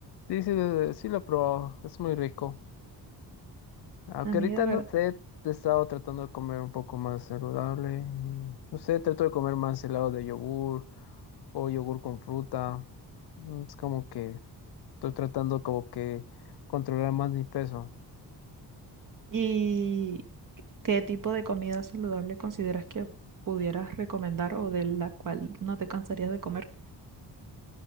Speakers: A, on the left (about 70°); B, on the right (about 50°).
A: Sí, sí, sí lo probó, es muy rico. Aunque
B: A mí
A: ahorita
B: de verdad.
A: no sé, he estado tratando de comer un poco más saludable. y, no sé, trato de comer más helado de yogur o yogur con fruta. Mm, Es como que estoy tratando como que controlar más mi peso.
B: ¿Y qué qué tipo de comida saludable consideras que pudieras recomendar o de la cual no te cansarías de comer?